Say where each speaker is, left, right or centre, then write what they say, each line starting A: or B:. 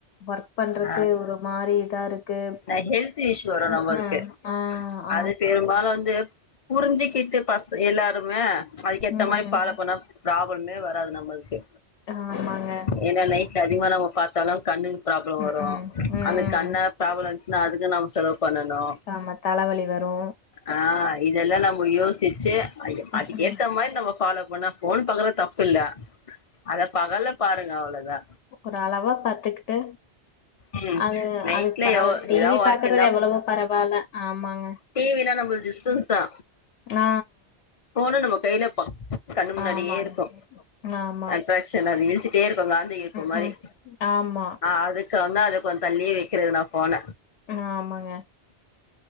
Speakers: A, on the left; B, on the left.
A: ஒர்க் பண்றக்கு
B: ஆ
A: ஒரு மாரி இதா இருக்கு
B: நா ஹெல்த் இஷ்யூ வரு
A: ம்
B: நம்மளுக்கு
A: ம் ஆ ஆமா
B: அது பெரும்பாலு வந்து புருஞ்சுக்கிட்டு பச எல்லாருங்க அதுக்கு ஏத்த
A: ம்.
B: மாரி ஃபாலோ பண்ணா ப்ராப்ளமே வராது நம்மளுக்கு
A: ஆமாங்க.
B: ஏனா நைட்ல அதிகமா நம்ம பாத்தாலு கண்ணுக்கு ப்ராப்ளோ
A: ம்ஹ்ம்.
B: வரு
A: ம்.
B: அந்த
A: ம்.
B: கண்ண ப்ராப்ளம் இன்சுனா அதுக்கு நம்ம செலவு பண்ணணு
A: ஆமா தலவலி வரு
B: ஆ இதெல்லா நம்ப யோசிச்சு அய்ய அதுக்கேத்த
A: ம்ஹ்ம்.
B: மாரி நம்ம ஃபாலோ பண்ணா ஃபோன் பாக்கறது தப்பு இல்ல அத பகல்ல பாருங்க அவ்வளதா
A: ஒரு அளவா பாத்துக்கிட்டு
B: ம்
A: அது
B: நைட்ல
A: அதுக்கு பரவல
B: எ
A: டி
B: ஏதா
A: வி
B: ஒர்க்
A: பாக்கறது எவ்வளவோ பரவால்ல ஆமாங்க
B: டி வினா நம்பளது டிஸ்டன்ஸ் தா
A: ஆ
B: ஃபோனு நம்ம கைல ப கண்ணு முன்னாடியே
A: ஆமாங்க
B: இருக்கு
A: ஆமா
B: அட்ராக்சன் அது இழுத்துட்டே இருக்கு காந்த இழுப்புமாரி
A: ம் ம் ஆமா
B: ஆ அது இக்கவுந்தா அது கொஞ்சோ தள்ளியே வெக்கிறது நா ஃபோன
A: ஆமங்க